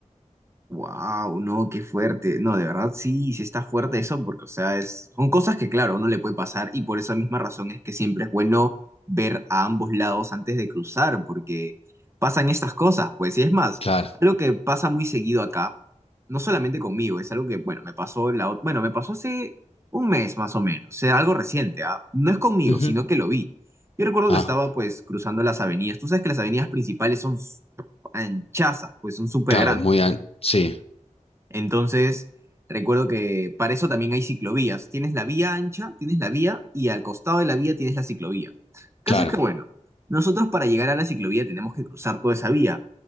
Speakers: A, on the right; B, on the left.
A: Wow, no, qué fuerte. No, de verdad sí, sí está fuerte eso, porque, o sea, es, son cosas que, claro, uno le puede pasar y por esa misma razón es que siempre es bueno ver a ambos lados antes de cruzar, porque pasan estas cosas, pues, y es más,
B: Claro.
A: algo que pasa muy seguido acá, no solamente conmigo, es algo que, bueno, me pasó la, ot- bueno, me pasó hace un mes más o menos, o sea, algo reciente, ¿ah? No es conmigo,
B: Ujú.
A: sino que lo vi. Yo recuerdo
B: Ah,
A: que estaba, pues, cruzando las avenidas. Tú sabes que las avenidas principales son s- anchazas, pues, son súper
B: claro,
A: grandes.
B: muy al- Sí,
A: Entonces, recuerdo que para eso también hay ciclovías. Tienes la vía ancha, tienes la vía y al costado de la vía tienes la ciclovía. El Caso
B: claro.
A: es que, Sí. bueno, nosotros para llegar a la ciclovía tenemos que cruzar toda esa vía.